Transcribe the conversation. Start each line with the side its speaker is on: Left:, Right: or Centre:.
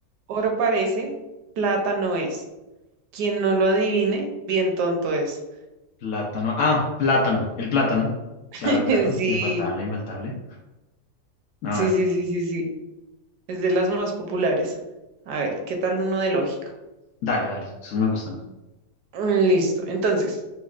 Right: Oro parece, plata no es. Quien no lo adivine, bien tonto es.
Left: plátano. Ah, plátano. El plátano.
Right: <laughs>
Left: Claro, claro.
Right: Sí,
Left: Infaltable, infaltable. A
Right: sí,
Left: ver,
Right: sí, sí, sí, sí. Es de las más populares. A ver, ¿qué tal uno de lógica?
Left: dale, dale. Esos me gustan. <clears throat>
Right: Mm, Listo. Entonces,